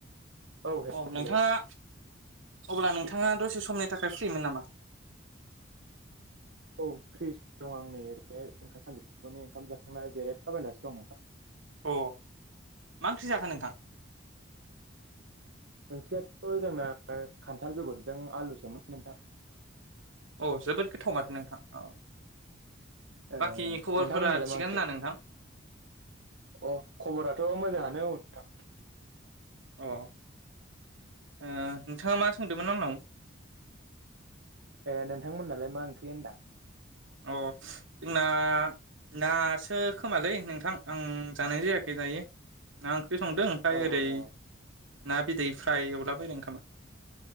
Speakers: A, on the right; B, on the right.
A: औ हेलौ
B: अ
A: हेलौ
B: नोंथाङा अब्ला नोंथाङा दसे समनि थाखाय फ्रिमोन नामा?
A: औ फ्रि दं आं नै ओरैनो ओंखाम सानजौफुनि ओंखाम जाखांना जेरायला बायनासो दं नोंथां।
B: अ मा ओंख्रि जाखो नोंथां?
A: ओंख्रियाथ' जोंना खान्थाल बेगरजों आलुसोमोन नोंथां।
B: औ जोबोद गोथाव माथो नोंथां औ।
A: ओ
B: बाखि खबरफोरा
A: नोंथां मोननालाय
B: थिगानो
A: मा ओंख्रि?
B: ना नोंथां
A: अ खबराथ' मोजाङानो औ नोंथां
B: अ नोंथाङा मा सोंदोंमोन आंनाव
A: ए नोंथां मोननालाय मा ओंख्रि होनदां
B: अ जोंना नासो खोमालै नोंथां आं जानाय जायाखै दायो आं ओंख्रि संदों ओमफ्राय
A: अ
B: ओरै
A: अ
B: ना बिदै फ्राय एवलाबायायदों खोमा